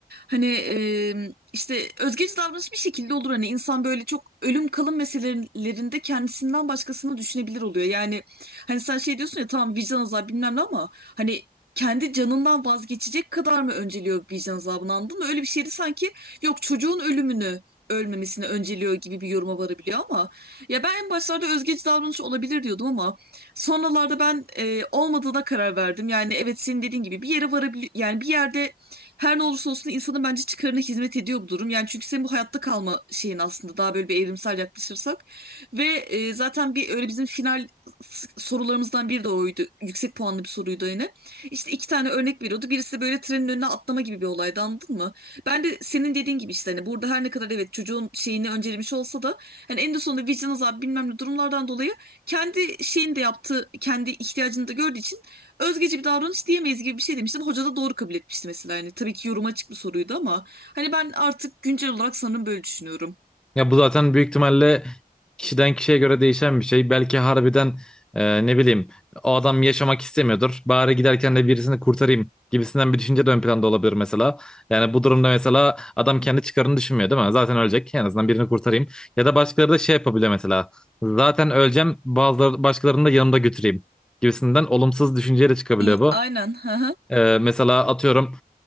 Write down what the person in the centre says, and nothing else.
Ya bu zaten büyük ihtimalle kişiden kişiye göre değişen bir şey. Belki harbiden e, ne bileyim o adam yaşamak istemiyordur. Bari giderken de birisini kurtarayım gibisinden bir düşünce de ön planda olabilir mesela. Yani bu durumda mesela adam kendi çıkarını düşünmüyor değil mi? Zaten ölecek. En azından birini kurtarayım. Ya da başkaları da şey yapabilir mesela. Zaten öleceğim bazıları başkalarını da yanımda götüreyim gibisinden olumsuz düşünceyle çıkabiliyor
bu.
E, mesela atıyorum